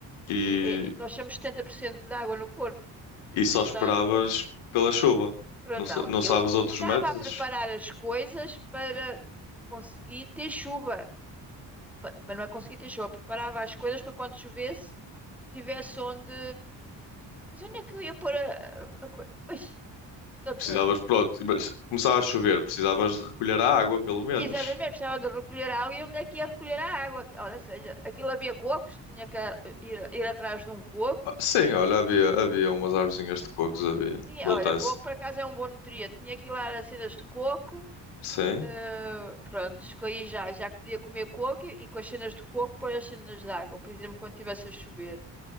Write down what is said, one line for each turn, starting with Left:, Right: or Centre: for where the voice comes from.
Left: E
Centre: E- e- nós temos 70% de água no corpo.
Left: e só esperavas
Centre: Portanto,
Left: pela chuva.
Centre: pronto,
Left: Não, sa-
Centre: não.
Left: não
Centre: Eu
Left: sabes
Centre: começava
Left: outros métodos?
Centre: a preparar as coisas para conseguir ter chuva. Pa- Mas Não é conseguir ter chuva, preparava as coisas para quando chovesse, tivesse onde. Mas onde é que eu ia pôr a, a, coisa? Estou
Left: Precisavas,
Centre: tramado.
Left: pronto, mas começava a chover, precisavas de recolher a água, pelo menos.
Centre: Exatamente, precisava de recolher água e onde é que ia recolher a água? Olha, seja, aquilo havia cocos, tinha que ir, ir atrás de um coco.
Left: Ah, Sim, olha, havia, havia umas arvozinhas de cocos, havia.
Centre: Tinha,
Left: Dou-te
Centre: olha,
Left: essa.
Centre: coco por acaso é um bom nutriente. Tinha que ir lá às cenas de coco.
Left: Sim.
Centre: eh, pronto, escolhi já, já que podia comer coco e, e com as cenas de coco pôr as cenas de água, por exemplo, quando estivesse a chover. Ou